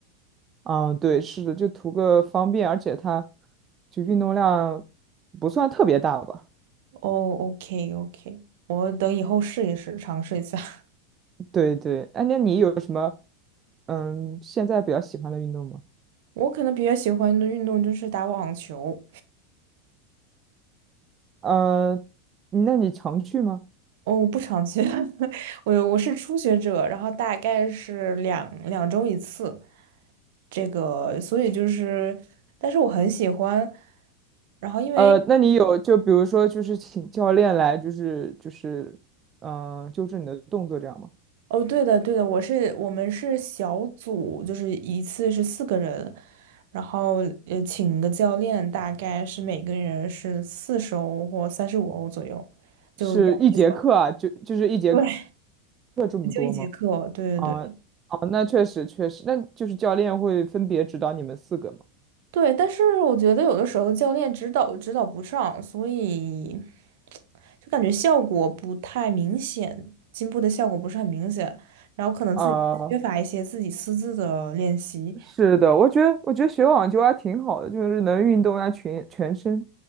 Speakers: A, on the right (about 30°); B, on the right (about 60°).
A: 嗯，对，是的，就图个方便，而且它就运动量不算特别大吧。
B: 哦，OK OK，我等以后试一试，尝试一下。<laughs>
A: 对对，哎，那你有什么嗯现在比较喜欢的运动吗？
B: 我可能比较喜欢的运动就是打网球。
A: 呃，那你常去吗？
B: 哦，我不常去，<laughs> 我我是初学者，然后大概是两两周一次，这个，所以就是，但是我很喜欢。然后因为
A: 呃，那你有就比如说就是请教练来就是就是嗯、呃纠正你的动作这样吗？
B: 哦，对的，对的，我是我们是小组，就是一次是四个人，然后呃，请个教练，大概是每个人是四十欧或三十五欧左右，就这样子
A: 是一节课啊，就就是一节课
B: <laughs> 对，
A: 这么多吗？
B: 就一节课，对对对
A: 啊啊，那确实确实，那就是教练会分别指导你们四个吗？
B: 对。但是我觉得有的时候教练指导指导不上，所以就感觉效果不太明显，进步的效果不是很明显，然后可能自己缺乏一些自己私自的练习。
A: 啊、是的，我觉得我觉得学网球还挺好的，就是能运动一下全全身，